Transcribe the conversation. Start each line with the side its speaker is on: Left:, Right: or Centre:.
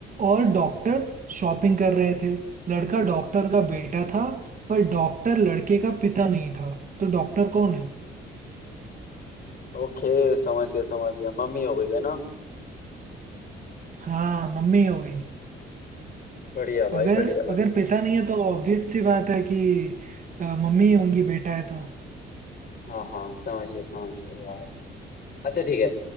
Right: और डॉक्टर शॉपिंग कर रहे थे लड़का डॉक्टर का बेटा था पर डॉक्टर लड़के का पिता नहीं था तो डॉक्टर कौन है
Left: ओके समझ गया समझ गया मम्मी हो गई है ना
Right: हाँ मम्मी हो गई
Left: बढ़िया भाई
Right: अगर
Left: बढ़िया भाई
Right: अगर पिता नहीं है तो ऑब्वियस सी बात है कि अ, मम्मी ही होंगी बेटा है तो
Left: हाँ हाँ समझ गया समझ गया यार अच्छा ठीक है